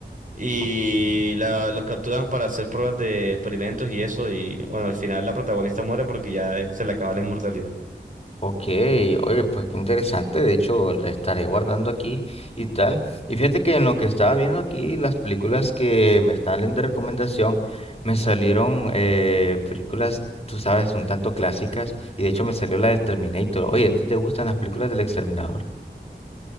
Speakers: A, on the right (about 45°); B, on the left (about 35°).
A: Y
B: Ok,
A: la- los capturan para hacer pruebas de experimentos y eso. Y bueno, al final la protagonista muere porque ya eh, se le acaba la inmortalidad.
B: Ok, oye, pues qué interesante. De hecho, la estaré guardando aquí y tal. Y fíjate que en lo que estaba viendo aquí, las películas que me están dando de recomendación, me salieron eh, películas, tú sabes, un tanto clásicas. Y de hecho, me salió la del Terminator. Oye, ¿a ti te gustan las películas del Exterminador?